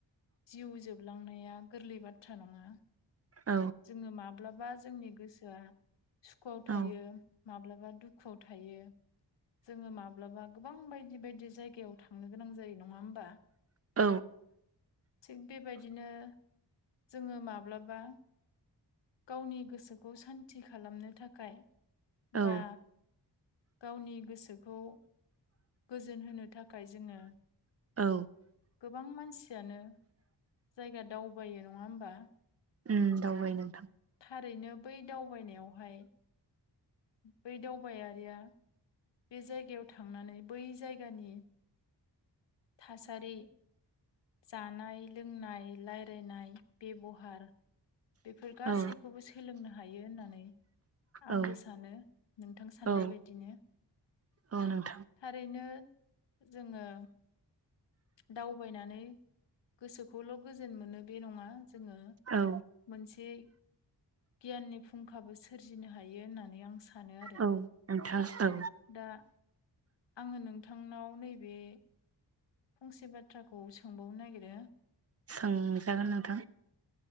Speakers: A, on the left; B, on the right.
A: जिउ जोबलांनाया गोरलै बाथ्रा नङा
B: औ
A: जोङो माब्लाबा जोंनि गोसोआ सुखुआव
B: औ
A: थायो, माब्लाबा दुखुआव थायो, जोङो माब्लाबा गोबां बायदि बायदि जायगायाव थांनो गोनां जायो नङा होमबा?
B: औ
A: थिग बेबायदिनो जोङो माब्लाबा गावनि गोसो खौ सान्ति खालामनो थाखाय
B: औ
A: बा गावनि गोसोखौ गोजोन होनो थाखाय जोङो
B: औ
A: गोबां मानसियानो जायगा दावबायो। नङा होमबा?
B: उम दावबाय नोंथां।
A: थारैनो बै दावबायनायावहाय बै दावबायारिया बे जायगायाव थांनानै बै जायगानि थासारि, जानाय लोंनाय, रायलायनाय बेब'हार । बेफोर गासैखौबो
B: औ
A: सोलोंनो हायो होननानै आंबो
B: औ
A: सानो नोंथां साननाय
B: औ
A: बायदिनो।
B: औ नोंथां
A: थारैनो जोङो दावबायनानै गोसोखौल' गोजोन मोनो बे नङा, जोङो
B: औ
A: मोनसे गियाननि फुंखाबो सो सोरजिनो हायो। होननानै आं सानो आरो,
B: औ नोंथां औ
A: दा आङो नोंथांनाव नैबे बे फंसे बाथ्राखौ सोंबावनो नागिरो
B: सोंजागोन नोंथां।